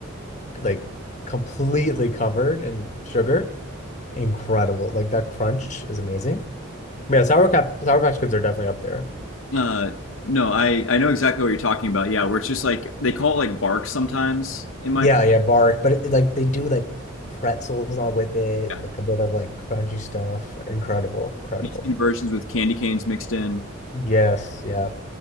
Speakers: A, on the left; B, on the left.
A: like completely covered in sugar incredible. Like that crunch is amazing. Yeah, Sour Cap Sour Patch Kids are definitely up there.
B: Uh, no, I I know exactly what you're talking about. Yeah, where it's just like they call it like bark sometimes in my
A: Yeah, yeah, bark, but it, like they do like pretzels on with it,
B: yeah,
A: like a bit of like crunchy stuff. Incredible, incredible.
B: I've seen versions with candy canes mixed in.
A: Yes, yeah.